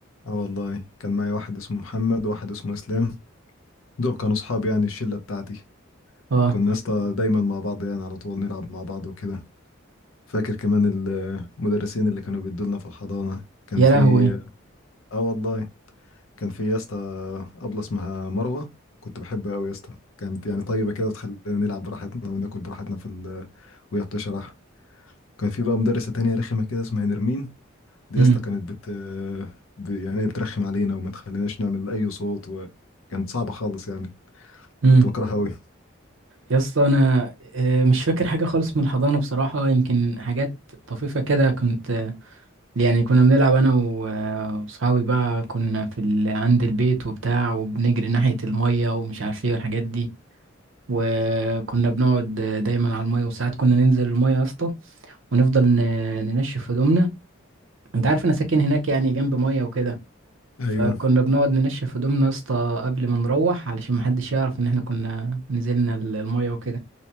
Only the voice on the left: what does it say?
اه والله كان معايا واحد اسمه محمد وواحد اسمه اسلام دول كانوا صحابي يعني الشله بتاعتي
كنا يا اسطى دايما مع بعض يعني على طول نلعب مع بعض وكده فاكر كمان المدرسين اللي كانوا بيدولنا في الحضانه كان
في
اه والله كان في يا اسطى أبلة اسمها مروة كنت بحبها أوي يا اسطى كانت يعني طيبة كده تخلينا نلعب براحتنا وناكل براحتنا في ال... وهي بتشرح كان في بقى مدرسة تانية رخمة كده اسمها نرمين دي
يا اسطى كانت بت ب... يعني بترخم علينا وما تخليناش نعمل أي صوت وكانت صعبة خالص يعني
كنت بكرهها أوي
أيوه